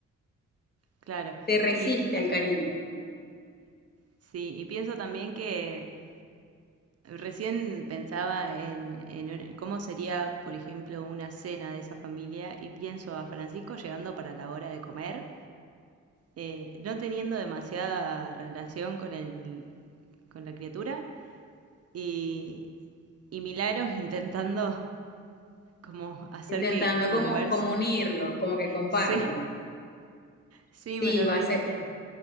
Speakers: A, on the right; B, on the left.
A: Claro.
B: se resiste
A: Y
B: al cariño.
A: sí, y pienso también que recién pensaba en, en un- cómo sería, por ejemplo, una cena de esa familia y pienso a Francisco llegando para la hora de comer, eh, no teniendo demasiada relación con el, con la criatura y, y Milagros <laughs> intentando como hacer
B: Intentando
A: que conversen.
B: como, como unirlos,
A: <laughs>
B: como que compartan.
A: Sí. Sí,
B: Sí,
A: me lo
B: va
A: reimagino.
B: a ser,